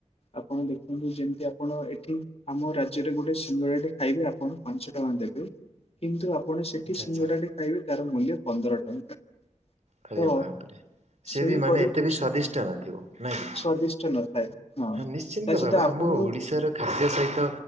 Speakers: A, on the left; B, on the right.
A: ଆପଣ ଦେଖନ୍ତୁ ଯେମିତି ଆପଣ ଏଠି ଆମ ରାଜ୍ୟରେ ଗୋଟେ ସିଙ୍ଗଡ଼ା ଟେ ଖାଇବେ‌ ଆପଣ ପାଞ୍ଚ ଦେବେ କିନ୍ତୁ ଆପଣ ସେଠି
B: ଆଚ୍ଛା
A: ସିଙ୍ଗଡ଼ା
B: ଆଚ୍ଛା
A: ଟେ ଖାଇବେ ତାର ମୂଲ୍ୟ ପନ୍ଦର ଟଙ୍କା।
B: ଆରେ
A: ତ
B: ବାପ୍ ରେ। ସେବି
A: ସେହିପରି
B: ମାନେ ଏତେ ବି
A: ସେ
B: ସ୍ଵାଦିଷ୍ଟ ନଥିବ ନାଇଁ
A: ସ୍ଵାଦିଷ୍ଟ ନଥାଏ ହଁ।
B: ନିଶ୍ଚିନ୍ତ
A: ତା ସହିତ
B: ଭାବେ
A: ଆପଣଙ୍କୁ
B: ଆମ ଓଡ଼ିଶାର ଖାଦ୍ୟ ସହିତ